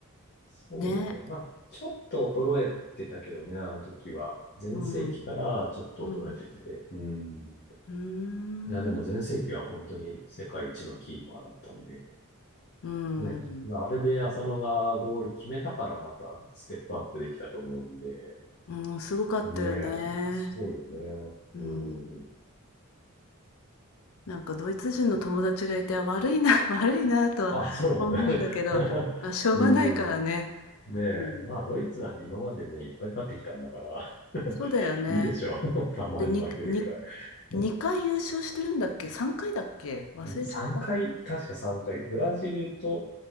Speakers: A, on the left (about 45°); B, on the left (about 65°).
A: そうだね。
B: ね。
A: まあ、ちょっと衰えてたけどね、あの時は。全盛期からちょっと衰えてて。
B: うん。うん。
A: うん。
B: うーん。
A: いや、でも全盛期は本当に世界一のキーパーだったんで。
B: うー
A: ね。
B: ん。
A: まあ、あれで浅野がゴール決めたからまたステップアップできたと思うんで。
B: うん、すごかったよね。
A: ねえ、そうよね。うん。
B: うん。なんかドイツ人の友達がいて、あ、悪いな、<laughs> 悪いなとは思うんだけど、
A: あ、そうだね。<laughs>
B: まあしょうがないからね。
A: うん。ねえ、
B: うん。
A: まあ、ドイツなんて今までね、いっぱい勝ってきたんだから、
B: そうだよね。
A: <laughs> いいでしょう。<laughs> たまに負けるぐらい。
B: で、にに
A: うん
B: 2回優勝してるんだっけ？3回だっけ？忘れちゃった。
A: 3回、確か3回。ブラジルと